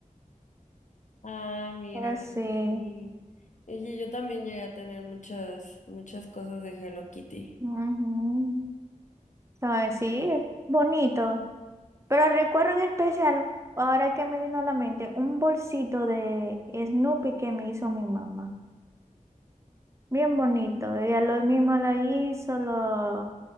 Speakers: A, on the left; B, on the right.
A: Ah, mira,
B: Pero sí.
A: sí. Oye, yo también llegué a tener muchas, muchas cosas de Hello Kitty.
B: Ujú. Entonces, sí, es bonito. Pero recuerdo en especial, ahora que me vino a la mente, un bolsito de Snoopy que me hizo mi mamá. Bien bonito. Ella lo mismo lo hizo, lo,